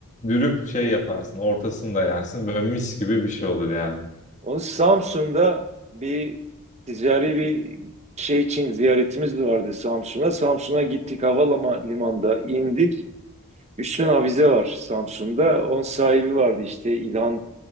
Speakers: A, on the left; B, on the right.
A: dürüp şey yaparsın. Ortasını da yersin. Böyle mis gibi bir şey olur yani.
B: Onun Samsun'da bir ticari bir şey için ziyaretimiz vardı Samsun'a. Samsun'a gittik havalimanında indik. Üstün Avize var Samsun'da. Onun sahibi vardı işte İlhan